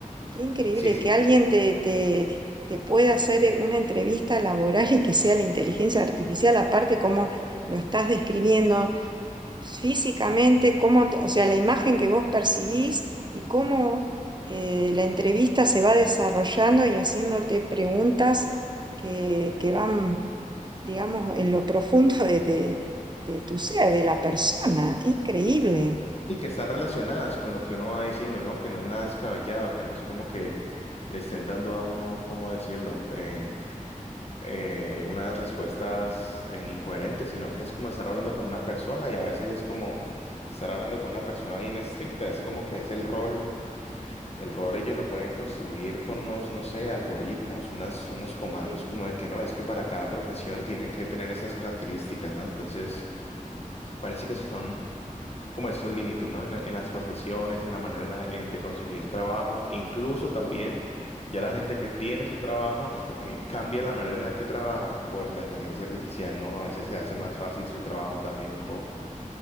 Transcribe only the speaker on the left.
Sí, sí.
Sí, que están relacionadas con lo que uno va diciendo, ¿no? Que no es nada descabellado, que no es como que le estén dando a uno, ¿cómo decirlo? Eh, eh, unas respuestas eh, incoherentes, sino que es como estar hablando con una persona y a veces es como estar hablando con una persona bien estricta, es como que es el rol, el rol ellos lo pueden construir con unos, no sé, algoritmos, unas, unos comandos
como de que no, es que para cada profesión tienen que tener esas características, ¿no? Entonces, parece que son como esos límites, ¿no? En, en las profesiones, en la manera en la- en- de conseguir trabajo, e incluso también ya la gente que tiene su trabajo <laughs> eh, cambia la manera en la que trabaja por la inteligencia artificial, ¿no? A veces se hace más fácil su trabajo también un poco.